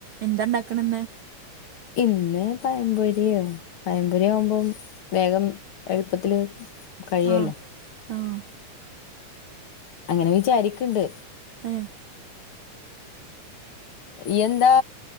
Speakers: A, on the right (about 60°); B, on the left (about 60°).
A: എന്താണ്ടാക്കണന്ന്?
B: ഇന്ന് പയപൊരിയോ, പയപൊരിയാവുമ്പം വേഗം എളുപ്പത്തില് കഴ് യല്ലോ
A: ആഹ് ആഹ്
B: അങ്ങനെ വിചാരിക്ക്ണ്ട്
A: ഏഹ്
B: ഇയ്യന്താ